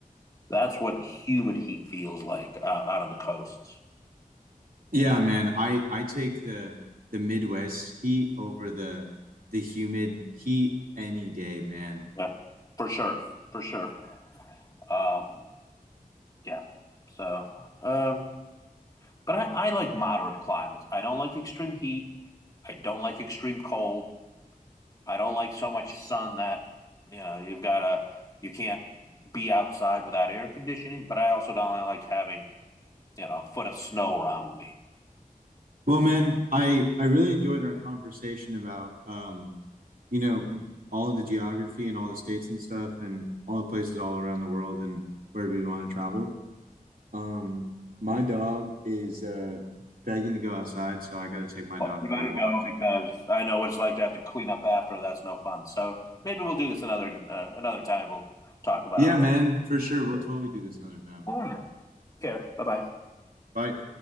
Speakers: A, on the left; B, on the right.
A: That's what humid heat feels like uh, out on the coasts.
B: Yeah, man. I I take the the Midwest heat over the the humid heat any day, man.
A: Yeah, for sure, for sure. Um, yeah. So, um, but I, I like moderate climates. I don't like extreme heat. I don't like extreme cold. I don't like so much sun that you know you've got to you can't be outside without air conditioning. But I also don't like having you know a foot of snow around me.
B: Well, man, I I really enjoyed our conversation about um, you know, all of the geography and all the states and stuff and all the places all around the world and where we want to travel. Um, my dog is uh begging to go outside, so I gotta take my dog
A: You
B: for
A: got
B: a walk.
A: to go because I know what it's like to have to clean up after. That's no fun. So maybe we'll do this another uh, another time. We'll talk about.
B: Yeah, man, for sure. We'll
A: it.
B: totally do this another time.
A: all right. Take Care. Bye bye.
B: Bye.